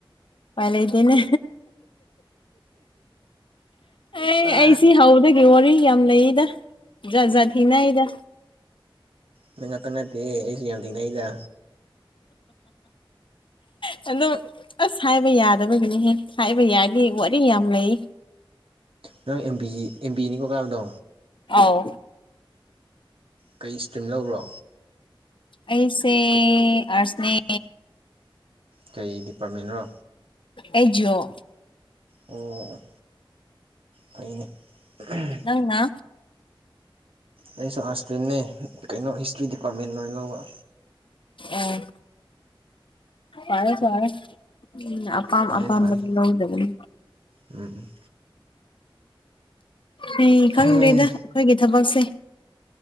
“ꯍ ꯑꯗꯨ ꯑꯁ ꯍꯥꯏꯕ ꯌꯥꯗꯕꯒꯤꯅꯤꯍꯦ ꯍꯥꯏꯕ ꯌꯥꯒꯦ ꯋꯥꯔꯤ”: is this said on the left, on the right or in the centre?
Left